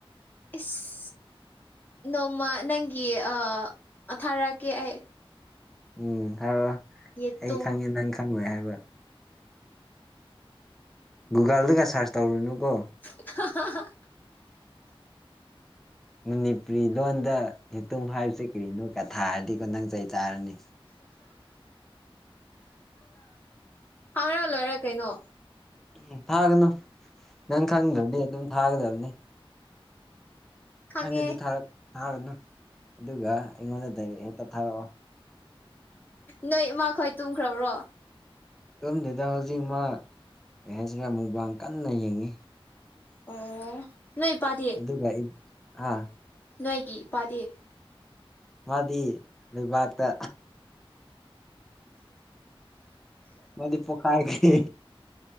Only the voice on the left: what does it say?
ꯏꯁ ꯅꯣꯡꯃ ꯅꯪꯒꯤ ꯑ ꯑ ꯊꯥꯔꯛꯀꯦ ꯑꯩ
ꯌꯦꯇꯨꯝ
<unintelligible>
ꯊꯥꯔ ꯂꯣꯏꯔꯦ ꯀꯩꯅꯣ
ꯈꯪꯉꯦ
ꯅꯣꯏ ꯏꯃꯥ ꯈꯣꯏ ꯇꯨꯝꯈ꯭ꯔꯕ꯭ꯔꯣ
ꯑꯣ ꯅꯣꯏ ꯏꯄꯥꯗꯤ
ꯅꯣꯏꯒꯤ ꯏꯄꯥꯗꯤ